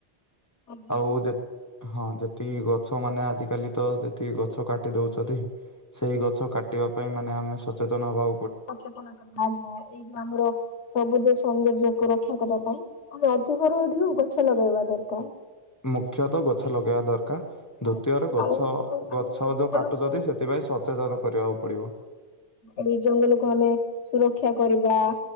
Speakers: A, on the left; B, on the left.
A: ଆଜ୍ଞା।
B: ଆଉ ଯେ ହଁ ଯେ ଏତି ଗଛ ମାନେ ଆଜିକାଲି ତ ଯେତିକି ଗଛ କାଟି ଦଉଛନ୍ତି ସେଇ ଗଛ କାଟିବା ପାଇଁ ମାନେ ଆମେ ସଚେତନ ହବା
A: ସଚେତନ କରିବା ଏଇ ଯୋଉ ଆମର ସବୁଜ ସୌନ୍ଦର୍ଯ୍ୟ କ ରକ୍ଷା କରିବା ପାଇଁ ଆମେ ଅଧିକ ର ଅଧିକ ଗଛ ଲଗେଇବା ଦରକାର।
B: ମୁଖ୍ୟତଃ ଗଛ ଲଗେଇବା ଦରକାର ଦ୍ଵିତୀୟରେ
A: ଆଜ୍ଞା
B: ଗଛ
A: ଆଉ ଯୋଉ ଆମର
B: ଗଛ
A: ଜଙ୍ଗଲକୁ
B: ଯୋଉ କାଟୁଛନ୍ତି ସେଥିପାଇଁ ସଚେତନ କରିବାକୁ ପଡିବ।
A: ଏଇ ଜଙ୍ଗଲକୁୁ ଆମେ ସୁରକ୍ଷା କରିବା